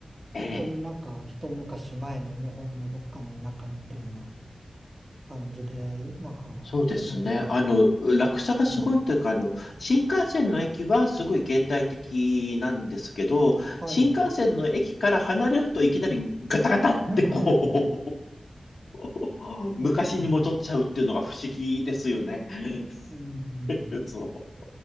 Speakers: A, on the left; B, on the right.
A: い。
B: 本当になんか一昔前の日本のどっかの田舎みたいな
A: ええ
B: 感じで、なんか、
A: そうですね。
B: あの、
A: あの、落差がすごいというか、
B: ね、
A: あの、新幹線の駅はすごい現代的なんですけど、
B: はい。
A: 新幹線の駅から離れるといきなりガタガタってこ
B: <laughs>
A: う、<laughs> 昔に戻っちゃうっていうのが不思議ですよね。
B: ええ、
A: <laughs>
B: うん、
A: そう。